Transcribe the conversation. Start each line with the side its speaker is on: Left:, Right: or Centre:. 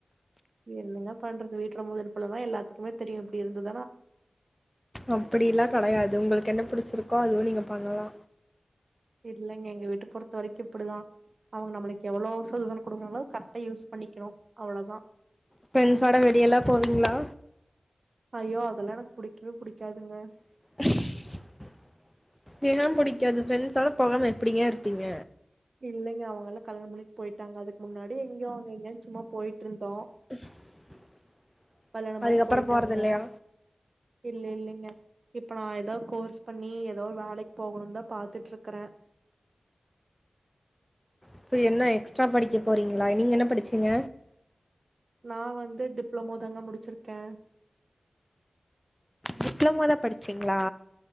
Right: என்னங்க பண்றது வீட்ல மொதல் புள்ள தா எல்லாத் திப்பவே தெரியூ இப்டி இருந்துர்
Centre: அப்டில்லா கெடையாது உங்களுக்கு என்ன புடிச் ச்சுருக்கோ அதுவூ நீங்க பண்லா
Right: இல்லைங்க எங்க வீட்ட பொறுத்த வரைக்கூ இப்டிதா அவுங்க நம்மளுக்கு எவ்ளோ சூதசனோ குடுக்றாங்களோ கரிக்டா யூஸ் பண்ணிக்கணூ அவ்ளோதா
Centre: ஃப்ரெண்ட்ஸோட வெளியெல்லா போவீங்ளா
Right: ஐயோ அதெல்லா எனக்கு புடிக்கவே புடிக்காதுங்க
Centre: <inaudible> <unintelligible> பிடிக்காது ப்ரெண்ட்ஸோட போகாம எப்டிங்கருப்பீங்க
Right: இல்லைங்க அவங்கெல்லா கல்யாணம் பண்ணிட் போயிட்டாங்க அதுக்கு முன்னாடி எங்கியோ அவுங்க எங்கியோன் சும்மா போயிட்ருந்தோ
Centre: <inaudible>
Right: கல்யாணமாயி
Centre: அதுக்கப்புற
Right: போயிட்டாங்க
Centre: போறது இல்லையா
Right: இல்லல்லேங்க இப்ப நா ஏதா கோர்ஸ் பண்ணி ஏதோ வேலைக்கு போகணூந்தா பாத்துட்ருக்றே
Centre: இப்ப என்ன எக்ஸ்ட்ரா படிக்க போறீங்களா நீங்க என்ன படிச்சீங்க
Right: நா வந்து டிப்ளமோ தாங்க முடிச்சிருக்கே
Centre: டிப்ளோமா தா படிச்சீங்ளா